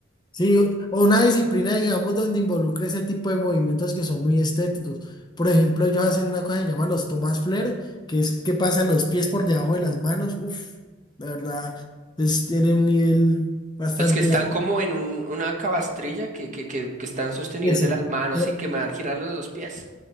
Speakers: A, on the left; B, on the right.
A: sí, o o una disciplina, digamos, donde involucre ese tipo de movimientos que son muy estéticos. Por ejemplo, ellos hacen una cosa que se llama los Thomas Flair, que es que pasan los pies por debajo de las manos. Uf, la verdad, es, tiene un nivel bastante
B: Los que están
A: alto.
B: como en un- una cabastrilla que, que, que, que están sostenidos
A: Esa.
B: de las manos
A: eh,
B: y que me van girando los pies.